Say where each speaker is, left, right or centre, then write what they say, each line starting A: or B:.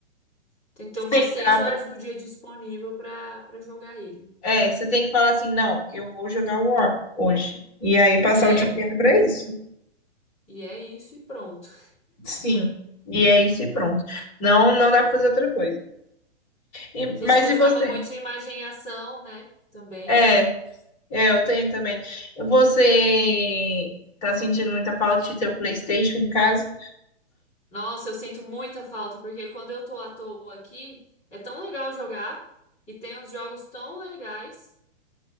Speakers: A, on the left; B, on the left.
A: tem que ter umas
B: sentar
A: seis horas
B: pra.
A: do dia disponível pra, pra jogar ele.
B: É, você tem que falar assim, não, eu vou jogar War hoje. E aí passar
A: É,
B: o dia inteiro pra isso.
A: e é isso e pronto.
B: Sim, e é isso e pronto. Não, não dá pra fazer outra coisa. E-
A: A
B: mas
A: gente gostava
B: e você?
A: muito de imagem e ação, né? Também.
B: É, é, eu tenho também. Você tá sentindo muita falta de ter o PlayStation em casa?
A: Nossa, eu sinto muita falta, porque quando eu tô à toa aqui, é tão legal jogar e tem uns jogos tão legais.